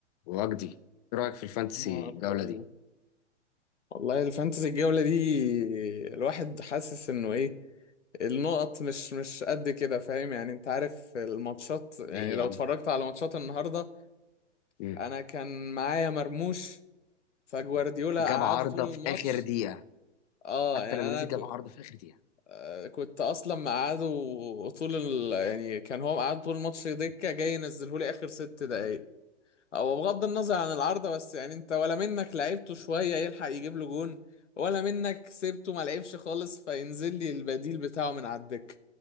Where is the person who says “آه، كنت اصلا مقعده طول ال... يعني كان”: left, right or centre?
Left